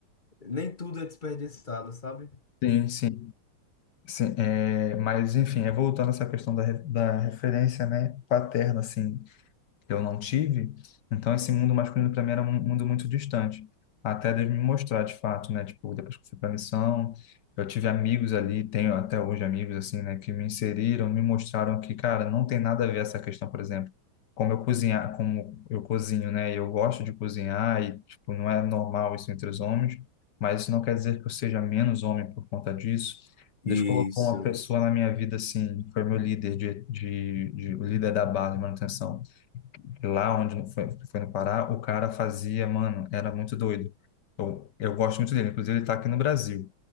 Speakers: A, on the left; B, on the left.
A: nem tudo é desperdiçado, sabe?
B: Sim, sim, sim. É, mas enfim, é voltando a essa questão da, re- da referência, né, paterna, assim, que eu não tive. Então, esse mundo masculino para mim era um mundo muito distante. Até Deus me mostrar, de fato, né? Tipo, depois que eu fui para a missão, eu tive amigos ali, tenho até hoje amigos, assim, né? Que me inseriram, me mostraram que, cara, não tem nada a ver essa questão, por exemplo. Como eu cozinhar, como eu cozinho, né? Eu gosto de cozinhar e, tipo, não é normal isso entre os homens, mas isso não quer dizer que eu seja menos homem por conta disso. Deus
A: Isso,
B: colocou uma pessoa
A: isso.
B: na minha vida, assim, foi meu líder de, de, de o líder da base, de manutenção lá onde no- foi, foi no Pará, o cara fazia, mano, era muito doido. Eu, eu gosto muito dele, inclusive ele tá aqui no Brasil.